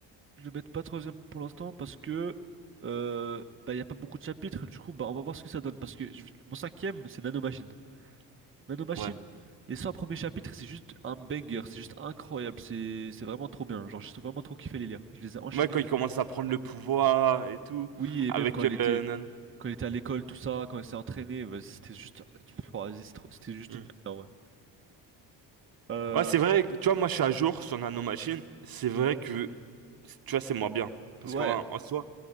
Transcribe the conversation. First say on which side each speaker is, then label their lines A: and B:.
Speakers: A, on the right; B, on the right.
A: je le mettrai pas troisième pour l'instant parce que euh, bah, il n'y a pas beaucoup de chapitres, du coup bah, on va voir ce que ça donne. Parce que je- mon cinquième c'est Nanomachine. Nanomachine,
B: Ouais.
A: les 100 premiers chapitres, c'est juste un banger, c'est juste incroyable, c'est c'est vraiment trop bien. Genre, j'ai vraiment trop kiffé les lire. Je les ai enchaînés
B: Moi, quand
A: de
B: il
A: fou.
B: commence à prendre le pouvoir et tout,
A: Oui, et
B: avec...
A: même quand il était
B: euh, nan-
A: quand il était à l'école, tout ça, quand il s'est entraîné, vas-y, c'était juste oh, vas-y, c'est trop- c'était juste
B: Hmm.
A: une en vrai. Euh,
B: Ouais, c'est vrai. que- Tu vois, moi, je suis à jour sur Nano Machine. C'est vrai que, tu vois, c'est moins bien. Parce
A: ouais,
B: qu'en en soi...